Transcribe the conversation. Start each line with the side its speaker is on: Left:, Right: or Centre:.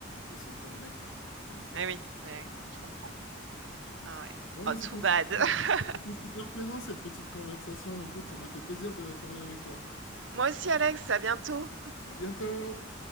Left: de s'enfermer, quoi. C'est c'est
Right: Eh
Left: très.
Right: oui, ouais, je comprends. Ah ouais.
Left: Bon,
Right: Oh,
Left: mais c'était
Right: too bad.
Left: su-
Right: <laughs>
Left: c'était super plaisant cette petite conversation. Écoute, ça m'a fait plaisir de parler avec toi.
Right: Moi aussi, Alex, à bientôt.
Left: À bientôt!